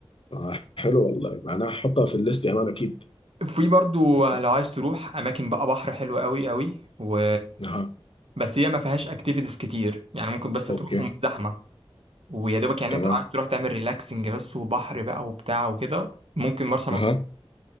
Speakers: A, on the left (about 65°); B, on the right (about 80°).
A: آه حلو والله معناها احطها في الليست يا مان اكيد
B: في برضو
A: اكيد
B: لو عايز تروح اماكن بقى بحر حلو قوي قوي و
A: اها
B: بس هي ما فيهاش اكتيفيتيز كتير يعني ممكن بس تروحهم
A: اوكي
B: زحمة ويا دوبك يعني
A: تمام
B: انت عايز تروح تعمل ريلاكسنج بس وبحر بقى وبتاع وكده ممكن مرسى مطروح
A: اها